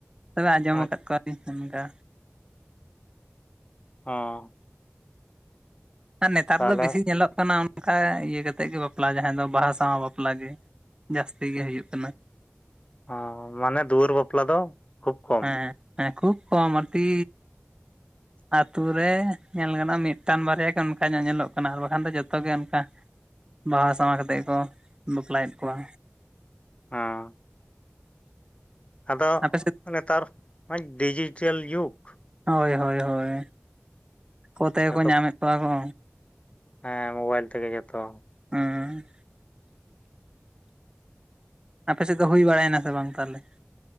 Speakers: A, on the right; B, on the left.
A: ᱛᱚᱵᱮ ᱟᱸᱡᱚᱢ
B: ᱟᱪᱪᱷᱟ
A: ᱠᱟᱫ ᱠᱚᱣᱟᱞᱤᱧ ᱚᱱᱠᱟ᱾
B: ᱦᱚᱸ᱾
A: ᱱᱮᱛᱟᱨ
B: ᱛᱟᱦᱚᱞᱮ
A: ᱫᱚ ᱵᱤᱥᱤ ᱧᱮᱞᱚᱜ ᱠᱟᱱᱟ ᱚᱱᱠᱟ ᱤᱭᱟᱹ ᱠᱟᱛᱮᱜ ᱜᱮ ᱵᱟᱯᱞᱟ ᱡᱟᱦᱟᱸ ᱫᱚ ᱵᱟᱦᱟ ᱥᱟᱶ ᱵᱟᱯᱞᱟ ᱜᱮ ᱡᱟᱥᱛᱤ ᱜᱮ ᱦᱩᱭᱩᱜ ᱠᱟᱱᱟ᱾
B: ᱦᱸ ᱢᱟᱱᱮ ᱫᱩᱣᱟᱹᱨ ᱵᱟᱯᱞᱟ ᱫᱚ ᱠᱷᱩᱵ ᱠᱚᱼᱼ
A: ᱦᱮᱸ ᱦᱮᱸ ᱠᱷᱩᱵ ᱠᱚᱢ ᱟᱨᱠᱤ
B: <inaudible>
A: ᱟᱛᱩ ᱨᱮ ᱧᱮᱞ ᱜᱟᱱᱚᱜᱼᱟ ᱢᱤᱫᱴᱟᱝ ᱵᱟᱨᱭᱟ ᱜᱮ ᱚᱱᱠᱟ ᱧᱚᱜ ᱧᱮᱞᱚᱜ ᱠᱟᱱᱟ ᱟᱨ ᱵᱟᱠᱷᱟᱱ ᱫᱚ ᱡᱚᱛᱚ ᱜᱮ ᱚᱱᱠᱟ᱾ ᱵᱟᱦᱟ ᱥᱟᱶᱟ ᱠᱟᱛᱮᱫ ᱜᱮᱠᱚ ᱵᱟᱯᱞᱟᱭᱮᱫ ᱠᱚᱣᱟ᱾
B: ᱦᱚᱸ, ᱟᱫᱚ
A: ᱟᱯᱮ ᱥᱮᱫ
B: ᱱᱮᱛᱟᱨ ᱢᱟ ᱰᱤᱡᱤᱴᱮᱞ ᱡᱩᱜᱽ,
A: ᱦᱳᱭ ᱦᱳᱭ ᱦᱳᱭ ᱟᱠᱚ ᱛᱮᱜᱮ
B: ᱡᱚᱛᱚ
A: ᱠᱚ ᱧᱟᱢᱮᱫ ᱠᱚᱣᱟ ᱠᱚ,
B: ᱦᱮᱸ ᱢᱳᱵᱟᱭᱤᱞ ᱛᱮᱜᱮ ᱡᱚᱛᱚ᱾
A: ᱦᱮᱸ, ᱟᱯᱮ ᱥᱮᱫ ᱫᱚ ᱦᱩᱭ ᱵᱟᱲᱟᱭᱮᱱᱟ ᱥᱮ ᱵᱟᱝ ᱛᱟᱦᱚᱞᱮ?